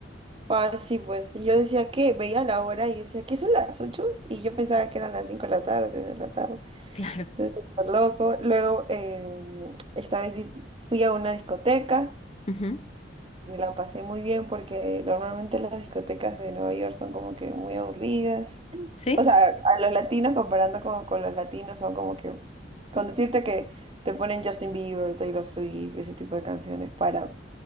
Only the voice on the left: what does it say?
Claro.
Ujú.
sí